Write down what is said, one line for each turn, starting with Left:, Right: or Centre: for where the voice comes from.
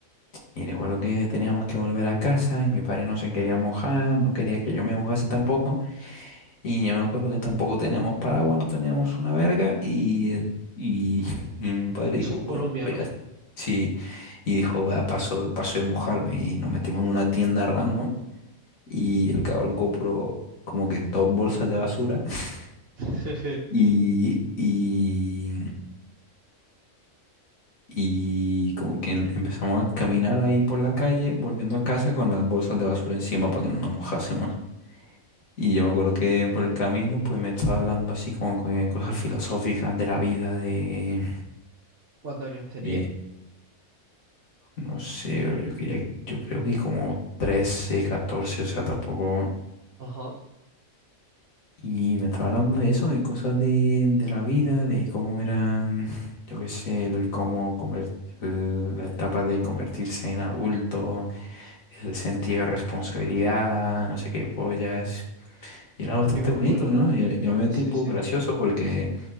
Left: Y recuerdo que teníamos que volver a casa y mi padre no se quería mojar, no quería que yo me mojase tampoco. Y yo me acuerdo que tampoco teníamos paraguas, no teníamos una verga. Y, eh, y, <laughs> y mi padre dijo,
Right: Eso en Colombia,
Left: bueno, pues
Right: ¿no?
Left: ya está". Sí, y dijo, va, paso, paso de mojarme y nos metimos en una tienda random y el cabrón compró como que dos bolsas de basura <laughs>
Right: <laughs>
Left: y, y, y como que em- empezamos a caminar ahí por la calle, volviendo a casa con las bolsas de basura encima para que no nos mojásemos. Y yo me acuerdo que por el camino pues me estaba hablando así como que cosas filosóficas de la vida, de,
Right: ¿Cuántos años tenía?
Left: de no sé, bro, yo quería, yo creo que como 13 14 o sea, tampoco...
Right: Ajá,
Left: Y me estaba hablando de eso, de cosas de, de la vida, de cómo eran, yo qué sé, el cómo conver- el- la etapa de convertirse en adulto, el sentido de responsabilidad, no sé qué pollas. Y era bastante
Right: qué bueno.
Left: bonito, ¿no? Y, y a mí me
Right: Sí,
Left: tiempo
Right: sí.
Left: gracioso porque